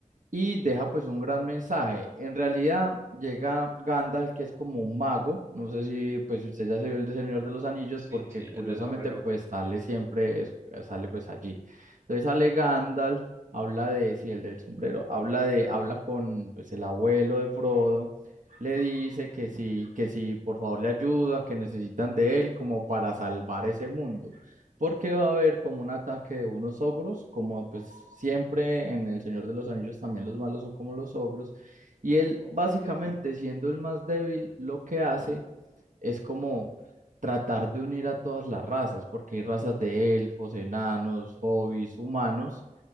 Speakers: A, on the right; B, on the right.
A: y deja pues un gran mensaje. En realidad llega Gandalf, que es como un mago, no sé si pues si usted ya se vio el de Señor de los Anillos,
B: Sí,
A: porque
B: sí,
A: curiosamente
B: el del sombrerote.
A: pues sale siempre, es- eh, sale pues allí. Entonces sale Gandalf, habla de, sí, el del sombrero, habla de, habla con pues el abuelo de Frodo, le dice que sí, que sí, por favor le ayuda, que necesitan de él como para salvar ese mundo porque va a haber como un ataque de unos ogros, como pues siempre en El Señor de los Anillos también los malos son como los ogros, y él
B: Ok.
A: básicamente siendo el más débil lo que hace es como tratar de unir a todas las razas, porque hay razas de elfos, enanos, hobbits, humanos,